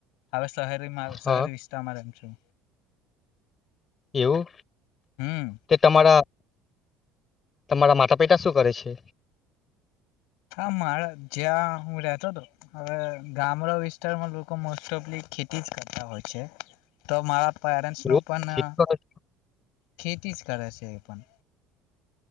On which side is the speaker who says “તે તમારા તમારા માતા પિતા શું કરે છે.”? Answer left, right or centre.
Left